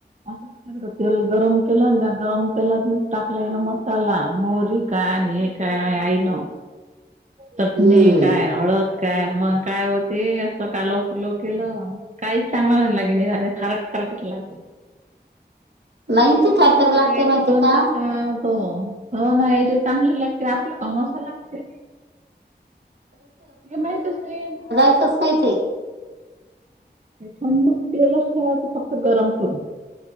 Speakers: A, on the right (about 40°); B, on the right (about 70°).
A: असं के तेल गरम केलं त्या गरम तेलात मी टाकला ये ना मसाला मोहरी का नं हे काय आई न चटणी
B: हम्म
A: काय हळद काय मग काय वोते असं कालव फुलव केलं काहीच चांगलं राहील खारट खरटच लागलं
B: नाही ते
A: मी
B: काय
A: मुनगड
B: कराव लागते
A: यायचेच
B: माहितीय
A: लोणचं
B: का
A: खा हो हो ना या जे चांगलं लागते आपला कावुन असं लागते? माहितच नाही
B: च नाही ते
A: थंड तेलच ठेवाचं फक्त गरम करून